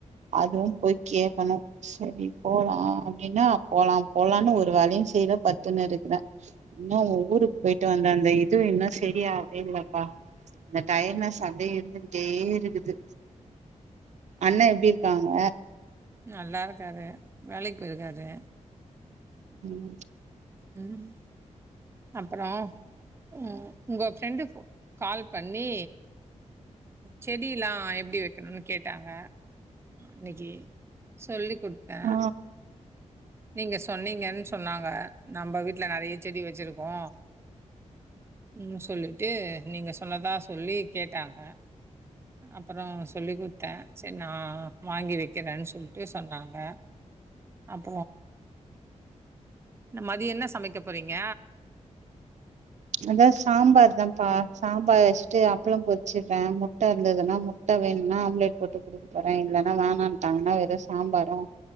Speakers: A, on the right; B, on the right.
A: அதுவும் போய் கேட்கணு சரி போலா அப்படின்னா போலா போலான்னு ஒரு வேலையும் <unintelligible> படுதுன்னு இருக்கிறே இன்னும் ஊருக்கு போயிட்டு வந்த அந்த இதுவும் இன்னும் சரியாவே இல்லப்பா அந்த டயட்னஸ் அப்படியே இருந்துகிட்டே இருக்குது அண்ண எப்டி இருக்காங்க
B: நல்லா இருக்காரு வேலைக்கு போயிருக்காரு
A: ம்
B: ம் அப்புறம் ம் உங்க ஃப்ரெண்டு கால் பண்ணி செடி எல்லா எப்டி வைக்கணும்னு கேட்டாங்க அன்னைக்கி சொல்லி குடுத்த
A: ஆ ஆ
B: நீங்க சொன்னீங்கன்னு சொன்னாங்க நம்ம வீட்ல நறைய செடி வச்சிருக்கோ ம் சொல்லிட்டு நீங்க சொன்னதா சொல்லி கேட்டாங்க அப்புறம் சொல்லிக்கொடுத்தே சரி நான் வாங்கி வைக்கிறேன்னு சொல்லிட்டு சொன்னாங்க ஆம் ஆ இந்த மதிய என்ன சமைக்க போறீங்க
A: அதான் சாம்பார் தான்ப்பா சாம்பார் வச்சுட்டு அப்பளம் பொறிச்சடுறே முட்ட இருந்ததுனா முட்ட வேணும்னா ஆம்லேட் போட்டு கொடுக்க போறேன் இல்லனா வேணாங்ட்டான்னா வெறும் சாம்பாரும்